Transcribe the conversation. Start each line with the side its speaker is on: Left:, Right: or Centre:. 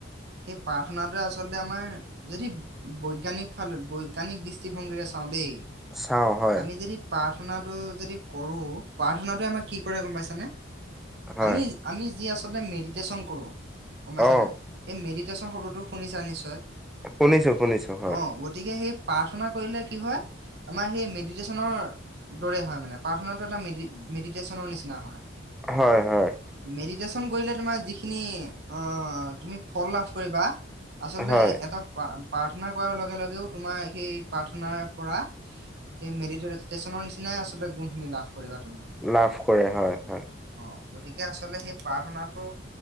Right: সেই প্ৰাৰ্থনাটোে আচলতে আমাৰ যদি বৈজ্ঞানিক ফালে বৈজ্ঞানিক দৃষ্টিভংগীৰে চাওঁ দেই
Centre: চাওঁ হয়
Right: আমি যদি প্ৰাৰ্থনাটো যদি কৰো প্ৰাৰ্থনাটোৱে আমাৰ কি কৰে গম পাইছানে?
Centre: হয়
Right: আমি আমি যি আচলতে মেডিটেশ্যন কৰো গম পাইছ
Centre: অহ
Right: নে মেডিটেশচন শব্দটো শুনিছা নিশ্চয়
Centre: শুনিছো শুনিছো হয়
Right: অ গতিকে সেই প্ৰাৰ্থনা কৰিলে কি হয় আমাৰ সেই মেডিটেশনৰ দৰে হয় মানে প্ৰাৰ্থনাটো এটা মেডি মেডিটেশনৰ নিচিনা হয়।
Centre: হয় হয়
Right: মেডিটেশ্যন কৰিলে তোমাৰ যিখিনি অ তুমি ফল লাভ কৰিবা আচলতে
Centre: হয়
Right: এটা প্ৰাৰ্থনা কৰাৰ লগে লগেও তোমাৰ সেই প্ৰাৰ্থনাৰ পৰা সেই মেডেটেচনৰ নিচিনাই আচলতে গুণখিনি লাভ কৰিবা তুমি
Centre: লাভ কৰে হয় হয়।
Right: অ গতিকে আচলতে সেই প্ৰাৰ্থনাটো